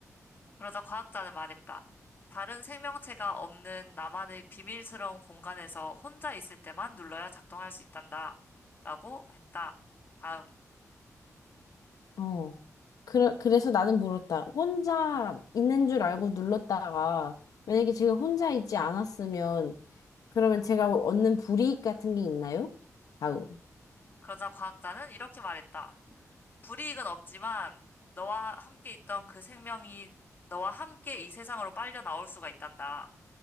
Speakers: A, on the left; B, on the left.
A: 그러자 과학자는 말했다. 다른 생명체가 없는 나만의 비밀스러운 공간에서 혼자 있을 때만 눌러야 작동할 수 있단다. 라고 했다. 다음.
B: 어. 그래, 그래서 나는 물었다. 혼자 있는 줄 알고 눌렀다가 만약에 제가 혼자 있지 않았으면 그러면 제가 얻는 불이익 같은 게 있나요? 다음.
A: 그러자 과학자는 이렇게 말했다. 불이익은 없지만 너와 함께 있던 그 생명이 너와 함께 이 세상으로 빨려 나올 수가 있단다.